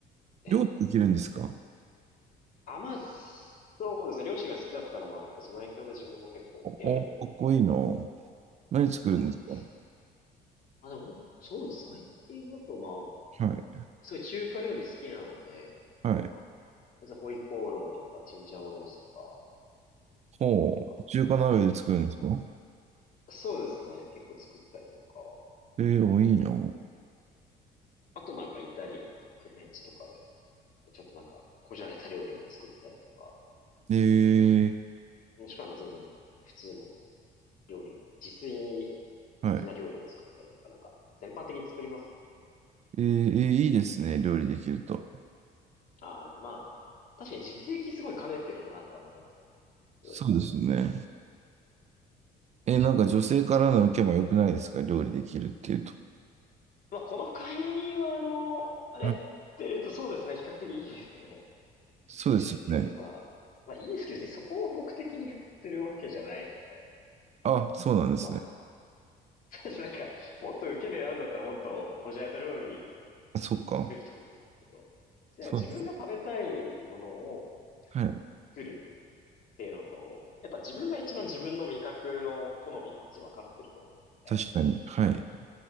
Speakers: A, on the left; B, on the right.
A: ええ。
B: 料理できるんですか
A: あ、まあ、そうですね。両親が好きだったのもあって、その影響で自分も結構やるようになって。
B: お、おかっこいいな。何作るんですか
A: あ、全然あ、でも、そうです。最近だとまあ、
B: はい。
A: すごい中華料理好きなので、
B: はい。
A: まあ、じゃあホイコーローとか、チンジャオロースとか、
B: ほう。
A: な
B: 中華鍋で作るんですか
A: んかそうですね。結構作ったりとか。
B: えー、あ、いいな。
A: あとなんかイタリアンとかフレンチとかで、ちょっとなんか、こじゃれた料理を作ったりとか、
B: えー、
A: もしくはなんか全然普通の料理、自炊
B: はい。
A: 的な料理を作ったりとか、なんか、全般的に作りますね。
B: えー、えーいいですね、料理できると。
A: ああ、まあ、確かに実益すごい兼ねてるなとは思いますね。
B: そうですね。
A: 料理は。
B: えー、なんか女性からの受けも良くないですか、料理できるっていうと。
A: まあ、この会話の、あれやってるとそうですね、
B: はい
A: 比較的いいですね。
B: そうですよね。
A: いいですけど、まあ、まあいいですけど、別にそこを目的にやってるわけじゃないので、
B: あ、そうなんですね。
A: ま <laughs> 私なんか、もっと受け狙うんだったらもっとこじゃれた料理
B: あそっか。
A: 作ると思うんですけど、なんか自分が食べたいものを
B: そうです。はい。
A: 作るっていうのと、やっぱ自分が一番自分の味覚の好みの味分かってると思うので、
B: 確かに。はい。